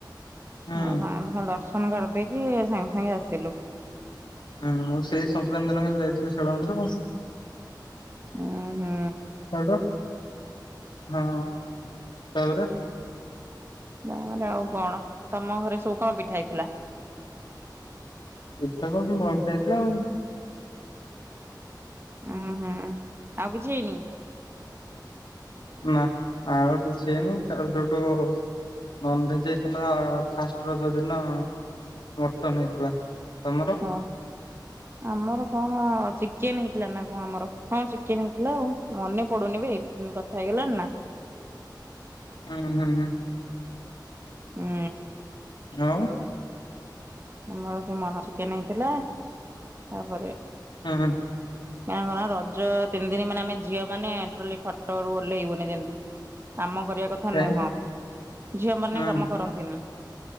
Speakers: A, on the left (about 80°); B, on the right (about 30°).
A: ହୁଁ
B: ହଁ ସାଆନ୍ତ ଙ୍କୁ ଖାଲି ଦର୍ଶନ କରିଦେଇକି ସାଙ୍ଗେ ସାଙ୍ଗେ ଆସିଲୁ।
A: ହୁଁ ମୁଁ ସେଇ ସଂକ୍ରାନ୍ତି ଦିନ ଖାଲି ଯାଇଥିଲି ଶିଳା ମନ୍ଦିର କୁ।
B: ଉଁ ହୁଁ।
A: ସେଇଠୁ ହଁ ତାପରେ।
B: ତା ପରେ ଆଉ କଣ ତମ ଘରେ ସବୁ କଣ ପିଠା ହେଇଥିଲା।
A: ପିଠା କଣ ସେଇ ମୁହାଁ ପିଠା ହେଇଥିଲା ଆଉ।
B: ଉଁ ହୁଁ ଆଉ କିଛି ହେଇନି।
A: ନା ଆଉ କିଛି ହେଇନି ତାପରେ ସେଇଠୁ। ନନଭେଜ ହେଇଥିଲା ଫାଷ୍ଟ ରଜ ଦିନ। ମଟନ ହେଇଥିଲା ତମର।
B: ହଁ। ଆମର କଣ ଚିକେନ ହେଇଥିଲା ନା କଁ ଆମର ହଁ ଚିକେନ ହେଇଥିଲା ଆଉ ମନେ ପଡୁନି ବେ। କେତେ ଦିନି କଥା ହେଇଗଲାଣି ନା।
A: ହୁଁ ହୁଁ।
B: ହୁଁ।
A: ଆଉ।
B: ଆମର ସେ ଚିକେନ ହେଇଥିଲା ତାପରେ।
A: ହୁଁ।
B: ନାଁ କଁ ନା ରଜ ତିନି ଦିନ ମାନେ ଆମେ ଝିଅ ମାନେ ଟୋଟାଲି ଖଟ ରୁ ଓହ୍ଲେଇବୁନି ଯେମିତି। କାମ କରିବା କଥା
A: କାଇଁ
B: ନୁହଁ ଝିଅ ମାନେ
A: ହୁଁ
B: କାମ କରନ୍ତିନି।